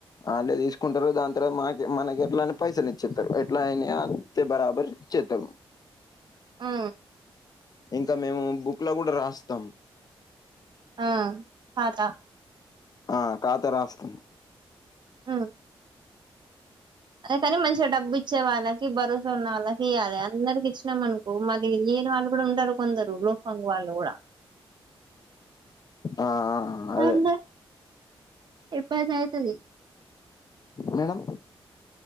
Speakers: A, on the left (about 40°); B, on the right (about 45°).
A: అల్లే తీసుకుంటారో దాని తర్వాత మాకే మనకే ఎట్లైనా పైసలు ఇచ్చేస్తారు ఎట్లైనైయ అయితే బరాబర్ ఇచ్చేతరు
B: ఆ.
A: ఇంకా మేము బుక్ లో కూడా రాస్తాం
B: ఆ ఖాతా
A: ఆ ఖాత రాస్తాం
B: ఆ అదేకానీ మంచి గా డబ్ ఇచ్చే వాళ్ళకి భరోసా ఉన్న వాళ్ళకి ఇయ్యాలే. అందరికి ఇచ్చినాం అనుకో మళ్లీ లేని వాళ్ళు కూడా ఉంటారు కొందరు అంగ్ వాలు కూడా
A: ఆ ఆ అదే
B: అట్లా ఇబ్బంది అయితది
A: మేడం.